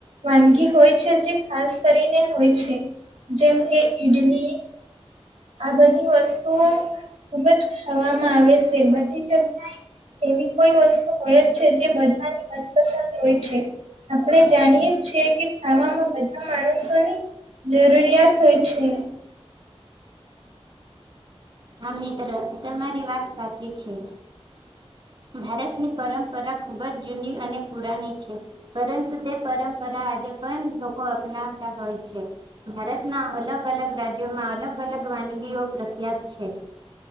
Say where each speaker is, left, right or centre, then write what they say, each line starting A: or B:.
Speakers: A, on the right; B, on the right.
A: વાનગી હોય છે જે ખાસ કરીને હોય છે. જેમ કે ઈડલી આ બધી વસ્તુઓ ખુબ જ ખાવામાં આવે છે. બધી જગ્યાએ એવી કોઈ વસ્તુ હોય જ છે જે બધાની મનપસંદ હોય છે. આપણે જાણીએ છીએ કે ખાવાનુ બધા માણસોની જરૂરિયાત હોય છે.
B: હા મિત્ર તમારી વાત સાચી છે. ભારતની પરંપરા ખુબ જ જૂની અને પુરાની છે. પરંતુ તે પરંપરા આજે પણ લોકો અપનાવતા હોય છે. ભારતના અલગ-અલગ રાજ્યોમાં અલગ-અલગ વાનગીઓ પ્રખ્યાત છે.